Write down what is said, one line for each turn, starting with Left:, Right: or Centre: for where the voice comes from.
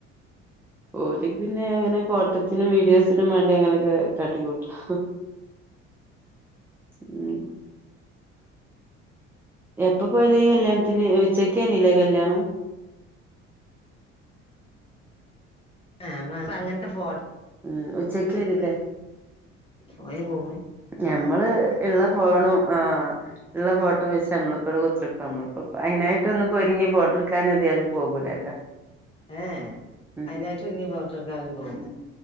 Centre: ഓര് പിന്നെ അങ്ങനെ ഫോട്ടോത്തിനും വീഡിയോസിനും വേണ്ടി അങ്ങനെയൊക്കെ കാട്ടിക്കൂട്ടും. അഹ് ഉം എപ്പൊ പോയതേനി കല്യാണത്തിന്. ഉച്ചക്കേനിലേ കല്യാണം.
Left: ഏഹ് അങ്ങനത്തെ ഫോ
Centre: ഉം ഉച്ചക്കെനിലെ
Left: പോയ പോവും
Centre: ഞമ്മള് ഇള്ള ഫോണും ആ ഇള്ള ഫോട്ടോ വെച്ച് നമ്മളിപ്പോവിടെ കുത്തിർക്കും. നമ്മളപ്പോ അതിനായിട്ടൊന്നും ഒരുങ്ങി ഫോട്ടോ എടുക്കാൻ ഏതായാലും പോകൂലല്ലോ. <inaudible>
Left: ഏഹ്
Centre: ഉം
Left: അതിനായിട്ടൊരുങ്ങി ഫോട്ടോട്ക്കാനൊന്നും പോകൂല.